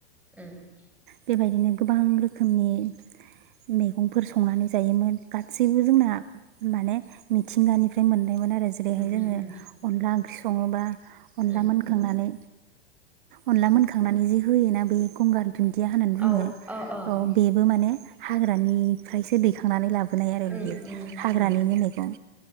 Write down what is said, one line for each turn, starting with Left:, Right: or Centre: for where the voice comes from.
Centre: उम
Right: बेबायदिनो गोबां रोखोमनि मै गंफोर संनानै जायोमोन गासैबो जोंना माने मिथिंगानिफ्राय मोन नो आरो जैरैहाय जोंङो
Centre: उम उम
Right: अनला ओंख्रि सं सङोबा अनला
Centre: उम
Right: मोनखांनानै अनला मोनखांनानै जि होयोना बे गंगार दुन्दिया होननानै बुङो
Centre: औ अ अ
Right: औ
Centre: अ
Right: बेबो माने हाग्रा निफ्रायसो दैखांनानै लाबो बियो आरो
Centre: उम
Right: बियो
Centre: उम उम
Right: हाग्रानिनो
Centre: उम
Right: मैगं